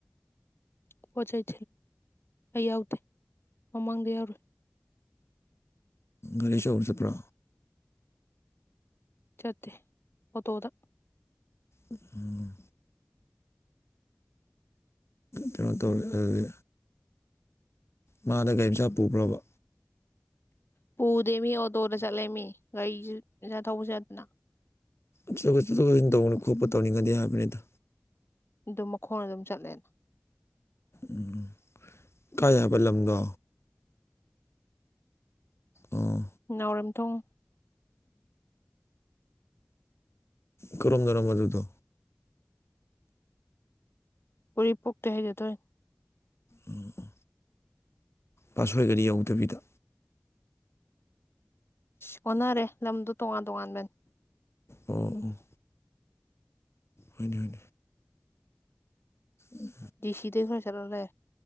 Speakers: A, on the left; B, on the left.
A: ꯄꯆꯥꯏ ꯑꯩ ꯌꯥꯎꯗꯤꯦ ꯃꯃꯗ ꯌꯥꯎꯔ
B: ꯔꯤꯦꯁ ꯎꯔ ꯆ ꯄ꯭ꯔꯥ
A: ꯆꯠꯇꯦ ꯍ ꯇꯣꯗ
B: ꯎꯝ ꯀꯩꯅꯣ ꯇꯧꯔꯤꯦꯗꯤ ꯃꯥꯗ ꯒꯥꯔꯤ ꯃꯆꯥ ꯄꯨꯕ꯭ꯔꯣꯕ
A: ꯄꯨꯗꯦ ꯃꯤ ꯑꯣꯇꯣꯗ ꯆꯠꯂꯦ ꯃꯤ ꯒꯥꯔꯤ ꯆꯠ ꯊꯧꯕ ꯆꯠꯇꯅ
B: ꯠ ꯆꯠꯊ ꯆꯠꯟ ꯇꯧꯕꯅꯤ ꯈꯣꯠꯄ ꯇꯧꯅꯤꯡꯒꯗꯦ ꯍꯥꯏꯕꯅꯤꯗ
A: ꯑꯗꯨꯝ ꯃꯈꯣꯡ ꯑꯗꯨꯝ ꯆꯠꯂꯦꯅ
B: ꯎꯝ ꯀꯥ ꯌꯥꯕ ꯂꯝꯗꯣ ꯑꯥ
A: ꯅꯥꯎꯔꯦꯝꯝꯊꯣꯡ
B: ꯀꯝꯖꯔꯝ ꯃ ꯑꯗꯨ ꯊꯣ
A: ꯎꯔꯤꯄꯣꯛꯇ ꯍꯩꯖꯗꯣꯏ
B: ꯎꯝ ꯄꯥꯁꯣꯏꯒꯅꯤ ꯌꯧꯗꯕꯤꯗ
A: ꯑ ꯍꯣꯠꯅꯔꯦ ꯂꯝꯗꯣ ꯇꯣꯉꯥꯟ ꯇꯣꯉꯥꯟꯕꯅꯤ
B: ꯑꯣꯥ ꯑꯣ ꯍ ꯍꯅꯤ ꯎꯝ
A: ꯗꯤ ꯁꯤꯗꯩ ꯈꯔ ꯆꯠꯂꯂꯦ